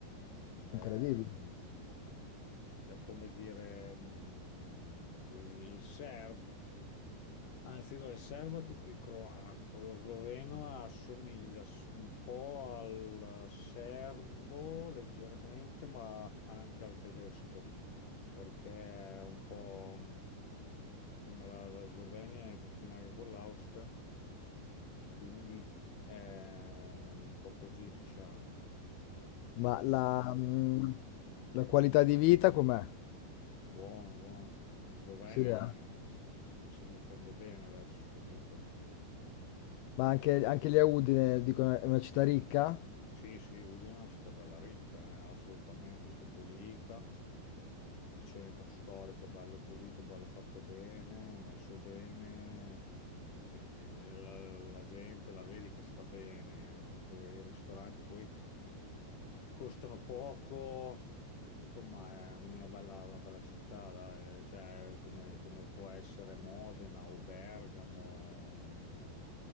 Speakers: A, on the left (about 65°); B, on the left (about 85°).
A: È,
B: incredibile.
A: mm, è come dire mm, il serbo, anzi no, il serbo è tipo il croato, lo sloveno assomiglia s- un po' al serbo leggermente, ma anche al tedesco, perché è un po' mm, come la, la Slovenia è confina anche con l'Austria. Quindi è un po' così, diciamo.
B: Ma
A: Poi,
B: la
A: boh,
B: mhmm, la qualità di vita com'è?
A: Buono, buono. La Slovenia
B: Sì, eh?
A: eh, si, si- si difende bene adesso, capito?
B: Ma anche anche lì a Udine dicono è una città ricca?
A: Sì, sì, Udine è una città bella ricca, eh, assolutamente, tutta pulita. Il centro storico è bello pulito, bello fatto bene, messo bene. E la, la gente la vedi che sta bene, anche i ristoranti poi. Costano poco, insomma, è una bella, una bella città, dai. Cioè, come, come può essere Modena o Bergamo